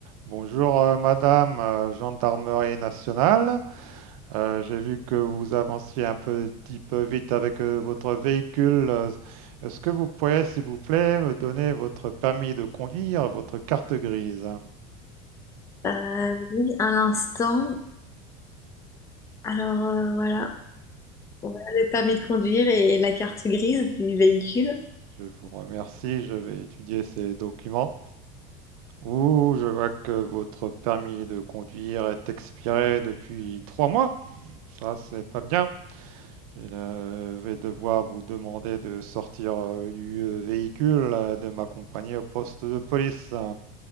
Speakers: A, on the right; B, on the left.
A: Bonjour euh, Madame euh, Gendarmerie nationale. Euh, j'ai vu que vous avanciez un petit peu vite avec euh, votre véhicule. Euh, Est-ce que vous pourriez, s'il vous plaît, me donner votre permis de conduire, votre carte grise?
B: Euh, oui, un instant. Alors euh, voilà, voilà le permis de conduire et la carte grise du véhicule.
A: Je vous remercie, je vais étudier ces documents. Ouh, je vois que votre permis de conduire est expiré depuis trois mois. Ça, c'est pas bien. Je ne vais devoir vous demander de sortir euh, du euh, véhicule, euh, de m'accompagner au poste de police.